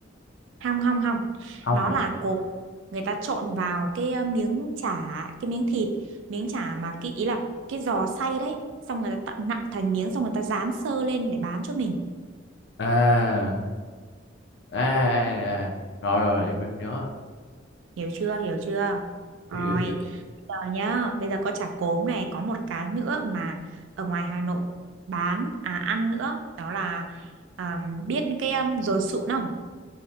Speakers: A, on the right; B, on the left.
A: hong hong hong.
B: không
A: Nó
B: ạ.
A: là cốm người ta trộn vào cái ờ, miếng chả, cái miếng thịt, miếng chả mà cái ý là cái giò xay đấy, xong người ta tận nặn thành miếng xong người ta rán sơ lên để bán cho mình.
B: à à à, à. Rồi, rồi em em nhớ
A: hiểu chưa hiểu chưa rồi
B: hiểu hiểu
A: bây giờ nhá bây giờ có chả cốm này có một cái nữa mà ở ngoài Hà Nội bán à ăn nữa đó là à, biết cái um, dồi sụn không